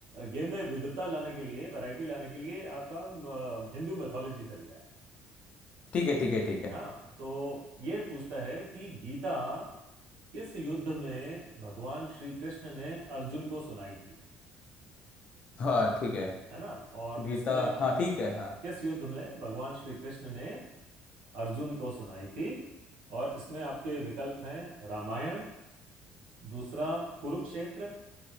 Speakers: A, on the right (about 85°); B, on the left (about 35°).
A: गेम में विविधता लाने के लिए वैरायटी लाने के लिए आपका अ, हिंदू मैथोलॉजी से लिया है
B: ठीक है ठीक है ठीक है
A: हाँ तो ये पूछता है कि गीता किस युद्ध में भगवान श्री कृष्ण ने अर्जुन को सुनाई थी
B: हाँ ठीक है
A: है ना और
B: गीता
A: इसमें
B: हाँ ठीक है
A: हाँ,
B: हाँ
A: किस युद्ध में भगवान श्री कृष्ण ने अर्जुन को सुनाई थी और इसमें आपके विकल्प हैं रामायण दूसरा कुरुक्षेत्र